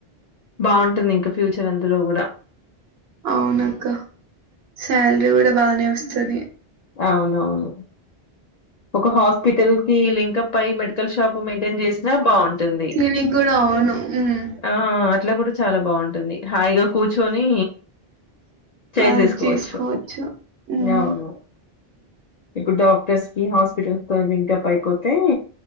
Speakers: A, on the left; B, on the right.
A: బాగుంటుంది ఇంక ఫ్యూచర్ అందులో కూడా
B: అవునక్క. శాలరీ కూడా బానే వస్తుది
A: అవునవును ఒక హాస్పిటల్ కి లింక్ పై మెడికల్ షాప్ మెయింటైన్ చేసినా బాగుంటుంది
B: క్లినిక్ గూడా అవును. హ్మ్.
A: ఆ అట్లా గూడా చాలా బాగుంటుంది హాయిగా కూర్చొని చేసేసుకోవచ్చు
B: వర్క్ జేసుకోవచ్చు. హ్మ్.
A: అవును ఇప్పుడు డాక్టర్స్ కి హాస్పిటల్స్ ఇంకా ప అయిపోతేా